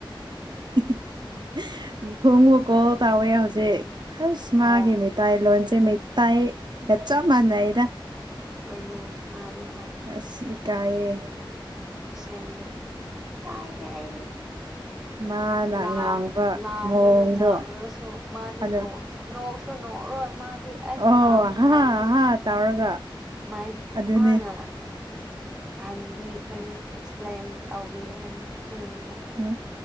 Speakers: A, on the right (about 55°); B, in the centre.
A: <inaudible> ꯐꯨꯡꯕꯨꯀꯣꯜ ꯇꯧꯋꯦ ꯍꯧꯖꯤꯛ ꯑꯁ ꯃꯥꯒꯤ
B: ꯑꯣ
A: ꯃꯤꯇꯥꯏ ꯂꯣꯟ ꯃꯦꯠꯇꯑ ꯀꯆꯥ ꯃꯥꯟ ꯑꯦꯗ
B: ꯍꯣꯏꯅꯤ ꯃꯥꯔꯤ
A: ꯑꯁ ꯀꯑ
B: ꯏꯁ ꯑꯗꯨ ꯀꯥꯏꯗꯦ ꯍꯥꯏꯗꯤ
A: ꯃꯥꯅ
B: ꯂꯥꯟ
A: ꯉꯥꯡꯕ
B: ꯂꯥꯟꯗꯒ
A: ꯃꯑꯣꯡꯗꯣ
B: ꯉꯥꯡꯉꯒꯁꯨ ꯃꯥꯗꯤ
A: ꯑꯗ
B: ꯅ ꯁꯨ ꯅꯣꯛꯎꯔꯣꯏ ꯃꯥꯗꯤ ꯑꯩꯅ
A: ꯑꯣ
B: ꯂꯥꯟꯅꯨ
A: ꯍꯥ
B: ꯍꯥꯏꯔꯁꯨ
A: ꯍꯥ ꯇꯧꯔꯒ
B: ꯃꯥꯏ
A: ꯑꯗꯨꯅꯦ
B: ꯃꯥꯅ ꯍꯟꯕꯤꯈ꯭ꯔꯅꯤ ꯑꯦꯛꯁꯄ꯭ꯂꯦꯟ ꯇꯧꯕꯤꯈ꯭ꯔꯅꯤ ꯑꯩꯉꯣꯟꯗ
A: ꯎꯝ